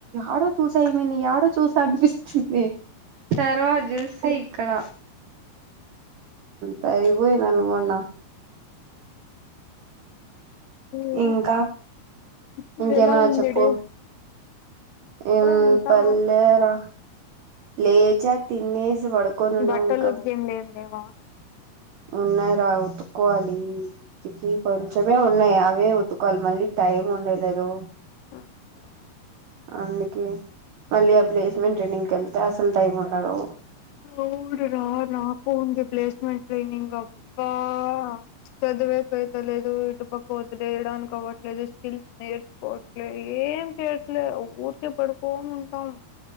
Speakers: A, on the right; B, on the left.
A: ఎడో చూసా ఈమెని ఎడో చూసా అనిపిస్త తర్వాత చూసి ఇక్కడ తరిగిపోయిందనుకున్నా
B: ఏమో
A: ఇంకా
B: ఇప్పుడు
A: ఇంకేమన్న
B: ఎలా ఉందిడే
A: చెప్పు
B: చెప్పరా
A: ఉమ్
B: వింటా
A: పర్లే రా లేచా తినేసి పడుకొని ఉన్నమింక
B: బట్టలు ఉతికేం లేం లేవా
A: ఉన్నయిరా ఉతుక్కోవాలి ఇప్పుడు కొంచెమే ఉన్నాయి అవే ఉతుకోవాలి మళ్ళీ టైమ్ ఉండలేదు
B: ఉమ్
A: అందుకే మళ్ళీ ఆ ప్లేస్మెంట్ ట్రైనింగ్ కి వెళ్తే అసలు టైం ఉండదు
B: అవును రా <unintelligible> ప్లేస్మెంట్ ట్రైనింగ్ అబ్బా చదువే <unintelligible> కావట్లేదు స్కిల్స్ నేర్చుకోవట్లేదు ఏం చేయట్లేదు ఊరికే పడుకోని ఉంటా <inaudible>